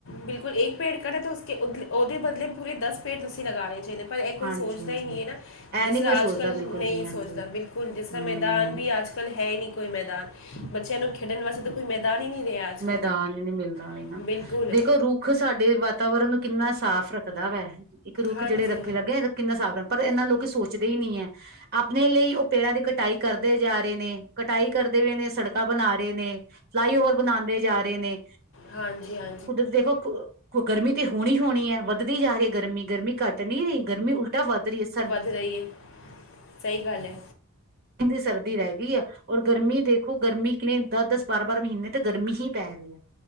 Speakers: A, on the left (about 60°); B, on the right (about 45°).
A: ਬਿਲਕੁਲ, ਇੱਕ ਪੇਡ ਕਟਾ ਤੇ ਉਸ, ਉਹਦੇ ਬਦਲੇ ਪੂਰੇ ਦਸ ਪੇਡ ਤੁਸੀਂ ਲਗਾਣੇ ਚਾਹੀਦੇ। ਪਰ ਇਹ ਕੋਈ
B: ਹਾਂਜੀ
A: ਸੋਚਦਾ
B: ਹਾਂਜੀ
A: ਹੀ ਨਹੀਂ ਹੈ ਨਾ,
B: ਇਹ
A: ਜਿਸ
B: ਨੀ
A: ਤਰ੍ਹਾਂ
B: ਕੋਈ ਸੋਚਦਾ
A: ਅੱਜ ਕੱਲ
B: ਬਿਲਕੁਲ
A: ਨਹੀਂ
B: ਵੀ ਹਾਂਜੀ
A: ਸੋਚਦਾ, ਬਿਲਕੁਲ ਜਿਸ ਤਰ੍ਹਾਂ
B: ਹਮ
A: ਮੇਰੇ ਅੱਜ ਕੱਲ੍ਹ ਹੈ ਹੀ ਨਹੀਂ ਕੋਈ ਮੈਦਾਨ, ਬੱਚਿਆਂ ਨੂੰ ਖੇਡਣ ਵਾਸਤੇ ਤਾਂ। ਕੋਈ ਮੈਦਾਨ ਹੀ ਨਹੀਂ ਰਿਹਾ। ਅੱਜ
B: ਮੈਦਾਨ ਹੀ ਨਹੀਂ ਮਿਲਦਾ
A: ਕੱਲ੍ਹ।
B: ਹੈਣਾ,
A: ਬਿਲਕੁਲ
B: ਦੇਖੋ ਰੂਪ। ਰੁੱਖ ਸਾਡੇ ਵਾਤਾਵਰਨ ਨੂੰ ਕਿੰਨਾ ਸਾਫ਼ ਰੱਖਦਾ ਵੈ, ਇੱਕ ਰੁੱਖ
A: ਹਾਂਜੀ
B: ਜਿਹੜੇ ਰੱਖੇ ਲੱਗੇ। ਕਿੰਨਾ ਸਾਵ <unintelligible> ਰ ਪਰ ਇਨਾ ਲੋਕ ਸੋਚਦੇ ਹੀ ਨਹੀਂ ਐ ਆਪਣੇ ਲਈ ਉਹ ਪੇੜਾਂ ਦੀ ਕਟਾਈ ਕਰਦੇ ਜਾ ਰਹੇ ਨੇ, ਕਟਾਈ ਕਰਦੇ ਹੋਏ ਨੇ, ਸੜਕਾਂ ਬਣਾ ਰਹੇ ਨੇ। ਫਲਾਈਓਵਰ ਬਣਾਉਂਦੇ ਜਾ ਰਹੇ ਨੇ।
A: ਹਾਂਜੀ, ਹਾਂ।
B: ਕੁਦਰ ਦੇ <unintelligible> ਗਰਮੀ ਤੇ ਹੋਣੀ ਹੋਣੀ ਹੈ, ਵੱਧਦੀ ਜਾ ਰਹੀ ਹੈ ਗਰਮੀ, ਗਰਮੀ ਘੱਟ ਨਹੀਂ ਰਹੀ, ਗਰਮੀ ਉਲਟਾ ਵੱਧ ਰਹੀ ਹੈ ਸ <unintelligible>
A: ਰਈ <unintelligible> ਸਹੀ ਗੱਲ ਏ।
B: <unintelligible> ਸਰਦੀ ਰਹਿ ਗਈ ਐ। ਔਰ ਗਰਮੀ ਦੇਖੋ, ਗਰਮੀ ਕਿਵੇਂ ਦਸ-ਦਸ, ਬਾਰਾਂ-ਬਾਰਾਂ ਮਹੀਨੇ ਤੇ ਗਰਮੀ ਹੀ ਪੈ ਰਹੀ ਹੈ।